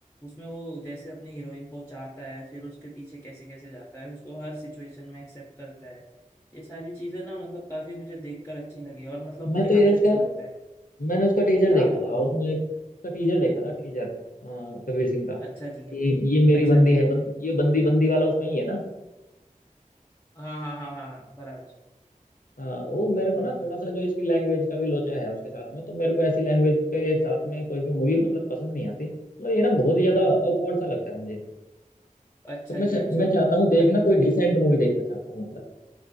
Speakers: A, on the left; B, on the left.
A: उसमें वो जैसे अपनी हीरोइन को चाहता है फिर उसके पीछे कैसे कैसे जाता है उसको हर सिचुएशन में एक्सेप्ट करता है ये सारी चीजें ना मतलब काफी मुझे देखकर अच्छी लगी और मतलब मुझे
B: मैं तो
A: काफी
B: यार उसका
A: अच्छा लगता है
B: मैंने उसका टीजर
A: क्या
B: देखा था उसमें एक- उसका टीजर देखा था टीजर अ, कबीर सिंह का
A: अच्छा जी
B: कि ये मेरी
A: अच्छा
B: बंदी
A: जी
B: है बंद, ये बंदी बंदी वाला उसमें ही है ना
A: हाँ हाँ हाँ हाँ हाँ बराबर
B: अ, वो मेरे को
A: हम्म
B: ना थोड़ा सा जो इसकी लैंग्वेज का भी लोचा है उसके साथ में तो मेरे को ऐसी लैंग्वेज के साथ में कोई भी मूवी मतलब पसंद नहीं आती मतलब ये ना बहुत ही ज्यादा awkward सा लगता है मुझे
A: अच्छा
B: तो मैं चा-
A: जी अच्छा
B: मैं चाहता
A: जी
B: हूँ देखना
A: न
B: कोई डिसेंट मूवी देखना चाहता हूँ मतलब